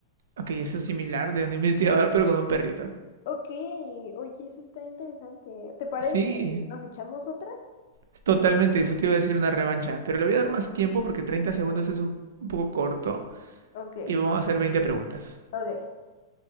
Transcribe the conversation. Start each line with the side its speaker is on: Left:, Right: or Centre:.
Right: Ok, eso es similar de un <laughs> investigador pero con un perrito.
Left: Ok, oye, eso está interesante. ¿Te parece
Right: Sí,
Left: que nos echamos otra?
Right: es totalmente, eso te iba a decir una revancha, pero le voy a dar más tiempo porque 30 segundos es un, un poco corto
Left: Ok,
Right: y vamos a hacer 20 preguntas.
Left: ok.